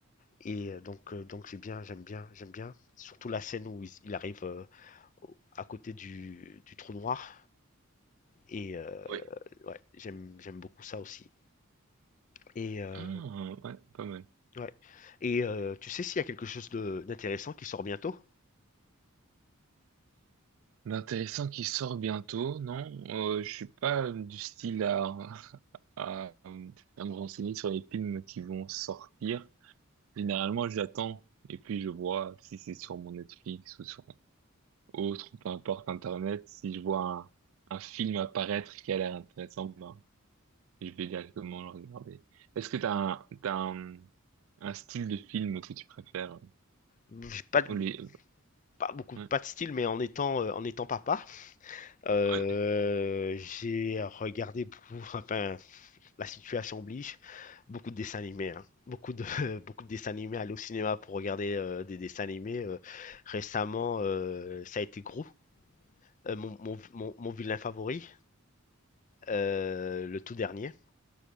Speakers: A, on the left; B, on the right.
A: et euh, donc euh, donc j'ai bien, j'aime bien, j'aime bien, surtout la scène où il, il arrive euh, au- à côté du, du trou noir et euh,
B: Oui.
A: ouais, j'aime j'aime beaucoup ça aussi et euh,
B: Ah, ouais, pas mal.
A: ouais et euh, tu sais s'il y a quelque chose de d'intéressant qui sort bientôt?
B: L'intéressant qui sort bientôt, non? Euh, je suis pas du style à, <laughs> à, euh, à me renseigner sur les films qui vont sortir. Généralement, j'attends et puis je vois si c'est sur mon Netflix ou sur autre, peu importe Internet. Si je vois un, un film apparaître qui a l'air intéressant, ben, Je vais directement le regarder. Est-ce que t'as un, t'as un, un style de film que tu préfères?
A: J'ai pas de-
B: Ou les...
A: pas beaucoup,
B: Ouais,
A: pas de style, mais en étant, euh, en étant papa, euh,
B: ouais,
A: j'ai regardé beaucoup, <laughs> enfin, la situation oblige, beaucoup de dessins animés, hein. beaucoup de, <laughs> beaucoup de dessins animés, aller au cinéma pour regarder euh, des dessins animés. euh, récemment, euh, ça a été Gros, euh, mon, mon, mon, mon vilain favori, euh, le tout dernier.